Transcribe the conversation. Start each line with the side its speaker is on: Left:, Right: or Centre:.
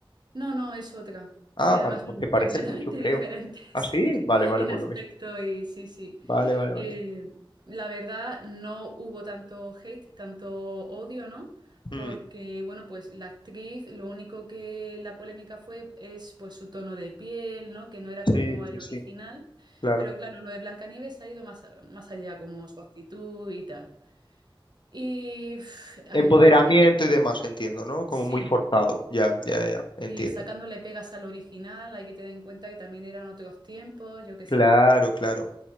Right: No, no, es otra.
Left: Ah,
Right: Sí, además
Left: vale,
Right: son
Left: pues se parecen
Right: completamente
Left: mucho, creo.
Right: diferentes
Left: ¿Ah, sí?
Right: <laughs> en
Left: Vale, vale, por
Right: aspecto
Left: lo mismo.
Right: y sí, sí.
Left: Vale, vale, vale.
Right: Eh, la verdad, no hubo tanto hate, tanto odio, ¿no?
Left: Mm,
Right: Porque, bueno, pues la actriz, lo único que la polémica fue es pues su tono de piel, ¿no? Que no era como
Left: sí,
Right: el
Left: sí, sí,
Right: original.
Left: claro.
Right: Pero claro, lo de Blancanieves ha ido más, más allá, como su actitud y tal. Y uf, ay,
Left: Empoderamiento
Right: yo qué sé.
Left: y demás, entiendo, ¿no? Como
Right: Sí,
Left: muy forzado. Ya, ya, ya, entiendo.
Right: sí, sacándole pegas al original, hay que tener en cuenta que también eran otros tiempos, yo qué
Left: Claro,
Right: sé.
Left: claro.